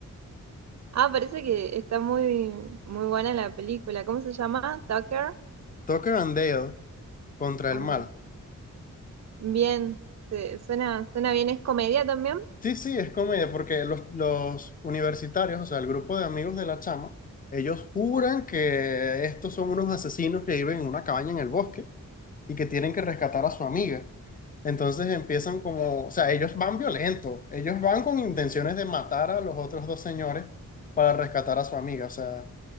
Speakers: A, on the right; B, on the left.
A: Ah, parece que está muy, muy buena la película. ¿Cómo se llama? Tucker
B: Toque bandeo contra
A: and
B: el mal.
A: the- Bien, se- suena, suena bien, es comedia también.
B: Sí, sí, es comedia, porque los, los universitarios, o sea, el grupo de amigos de la chama, ellos juran que estos son unos asesinos que viven en una cabaña en el bosque y que tienen que rescatar a su amiga. Entonces empiezan como, o sea, ellos van violentos, ellos van con intenciones de matar a los otros dos señores para rescatar a su amiga, o sea,